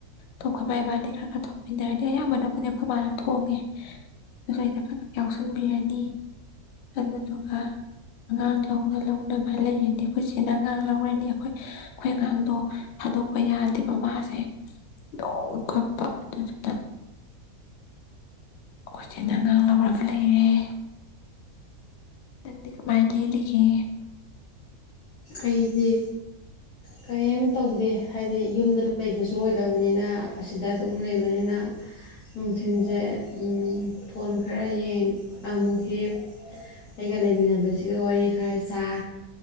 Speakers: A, on the left; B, on the left.
A: ꯊꯈ ꯃ ꯏꯕꯥꯅꯤ ꯈꯔ ꯈꯔ ꯊꯣꯡꯃꯤꯟꯅꯔꯅꯤ ꯑꯌꯥꯝꯕꯅꯕꯨꯗꯤ ꯑꯩꯈꯣꯏ ꯃꯥꯅ ꯊꯣꯡꯉꯦ ꯑꯗꯨꯁꯨ ꯑꯩꯅ ꯈꯔ ꯈꯔ ꯌꯥꯎꯁꯟꯕꯤꯔꯅꯤ ꯑꯗꯨꯗꯨꯒ ꯑꯉꯥꯡ ꯂꯧꯅ ꯂꯧꯅꯅꯕꯥꯏꯅ ꯂꯩꯔꯅꯤ ꯑꯩꯈꯣꯏ ꯆꯦꯅ ꯑꯉꯥꯡ ꯂꯧꯔꯅꯤ ꯑꯩꯈꯣꯏ ꯑꯩꯈꯣꯏ ꯑꯉꯥꯡꯗꯣ ꯊꯥꯗꯣꯛꯄ ꯌꯥꯗꯦ ꯃꯁꯦ ꯗꯣꯡ ꯈ ꯄꯥꯂꯗ ꯆꯗ ꯀꯣꯏꯆ ꯑꯉꯥꯡ ꯂꯧꯔꯒ ꯂꯩꯔꯦ ꯇꯪꯗꯗꯤ ꯀꯃꯥꯏ ꯂꯩ ꯂꯩꯒꯦ
B: ꯑꯩꯗꯤ ꯀꯔꯤꯝ ꯇꯧꯗꯦ ꯍꯥꯏꯗꯤ ꯌꯨꯝꯗ ꯂꯩ ꯁꯨ <unintelligible> ꯂꯕꯅꯤꯅ ꯑꯁꯤꯗ ꯑꯗꯨꯝ ꯂꯩꯕꯅꯤꯅ ꯅꯨꯡꯊꯤꯜꯁꯦ ꯐꯣꯟ ꯈꯔ ꯌꯦꯡ ꯑꯃꯨꯛ ꯍ ꯑꯩꯒ ꯂꯩꯃꯤꯟꯅꯕꯁꯤꯒ ꯋꯥꯔꯤ ꯈꯔꯁ